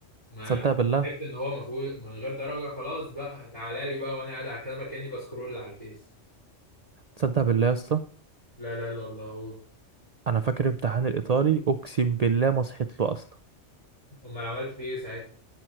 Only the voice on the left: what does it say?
ما
عرفت ان هو مفروض من غير درجه خلاص بقى تعالى لي بقى وانا قاعد على الكنبه كاني بسكرول على الفيس
لا لا الا الله قول.
امال عملت فيه ايه ساعتها